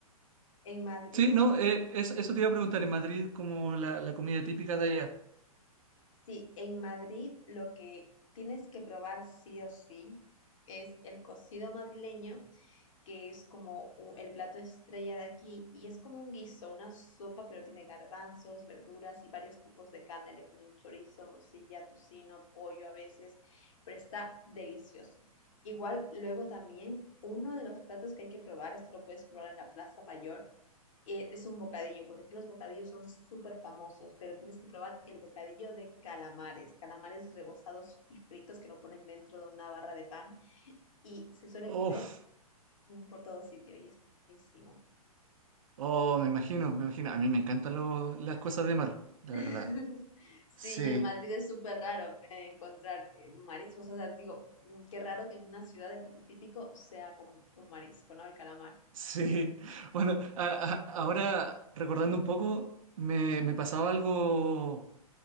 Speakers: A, on the left; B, on the right.
A: en Madrid,
B: sí, no, eh, eso, eso te iba a preguntar, ¿en Madrid como la, la comida típica de allá?
A: sí, en Madrid lo que tienes que probar sí o sí es el cocido madrileño que es como u- el plato estrella de aquí y es como un guiso, una sopa, pero tiene garbanzos, verduras y varios tipos de carne. Le ponen chorizo, morcilla, tocino, pollo a veces, pero está delicioso. Igual, luego también, uno de los platos que hay que probar, esto lo puedes probar en la Plaza Mayor, eh, es un bocadillo, porque aquí los bocadillos son súper famosos, pero tienes que probar el bocadillo de calamares, calamares rebozados y fritos que lo ponen dentro de una barra de pan y se suele
B: Uf,
A: comer mm, por todo sitio y es buenísimo.
B: oh, me imagino, me imagino. A mí me encantan lo- las cosas de mar, la
A: <laughs>
B: verdad.
A: Sí,
B: Sí.
A: y en Madrid es súper raro eh, encontrar eh, mariscos. O sea, digo, mm, qué raro que en una ciudad el plato típico sea como un marisco, ¿no? El calamar.
B: Sí, <laughs> bueno, a- a- ahora recordando un poco, me, me pasaba algo,